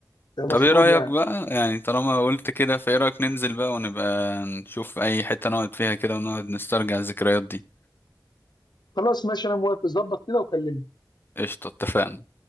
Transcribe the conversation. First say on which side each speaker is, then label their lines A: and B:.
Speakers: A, on the left (about 75°); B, on the left (about 30°).
A: ده المفروض
B: طب ايه رأيك
A: يعني
B: بقى يعني طالما قلت كده فايه رأيك ننزل بقى ونبقى نشوف اي حتة نقعد فيها كده ونقعد نسترجع الذكريات دي
A: خلاص ماشي انا موافق ظبط كده وكلمني
B: قشطة اتفقنا